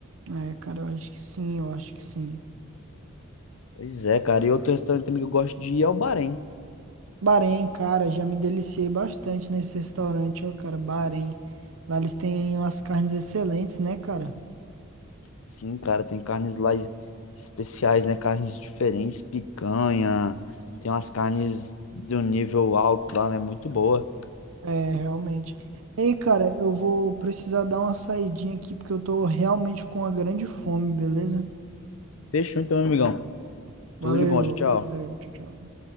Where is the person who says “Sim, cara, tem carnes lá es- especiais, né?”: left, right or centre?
Left